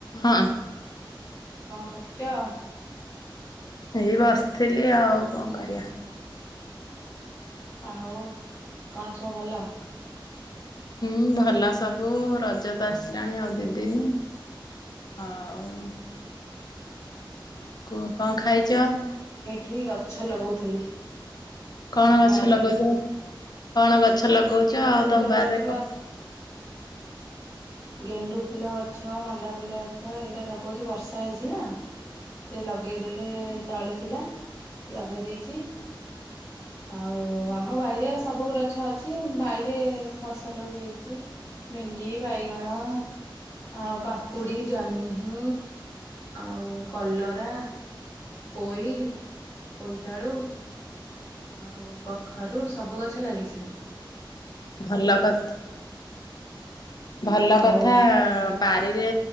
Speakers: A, on the left (about 50°); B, on the left (about 35°).
A: ହଁ।
B: କଣ କରୁଚ?
A: ଏଇ ବସିଥିଲି ଆଉ କଣ କରିବା।
B: ଆଉ କଣ ସବୁ ଭଲ?
A: ହୁଁ ଭଲ ସବୁ ରଜ ତ ଆସିଲାଣି ଆଉ ଦିଦିନି। ହଉ। କ କୁହ କଣ ଖାଇଚ?
B: ଠି ଗଛ ଲଗଉଥିଲି।
A: କଣ ଗଛ
B: ବାରିରେ
A: ଲଗଉଚ? କଣ ଗଛ ଲଗଉଚ?
B: ଏଇ
A: ଆଉ
B: ଫୁଲ
A: ତମ ବାରିରେ
B: ଗଛ
A: କଣ।
B: ଗେଣ୍ଡୁ ଫୁଲ ଗଛ, ମଣ୍ଡା ଫୁଲ ଅଛ, ଏଇରା ଲଗଉଛି, ବର୍ଷା ହେଇଛି ନା? ସେ ଲଗେଇଦେଲେ, ତଳି ଥିଲା ଲଗେଇ ଦେଇଚି। ଆଉ, ଆମ ବାଇରେ ସବୁ ରଛ ଅଛି, ବାଇରେ ଫସଲ ବି ହେଇଛି। ଭେଣ୍ଡି, ବାଇଗଣ ଆଉ କାକୁଡ଼ି, ଜହ୍ନି, ଆଉ କଲରା ପୋଇ ପୋଇତାୂଳୁ। ଆଉ କଖାରୁ ସବୁ ଗଛ ଲାଗିଚି।
A: ଭଲ କଥ୍ ଭଲ
B: ଆଉ
A: କଥାଁ ବାରିରେ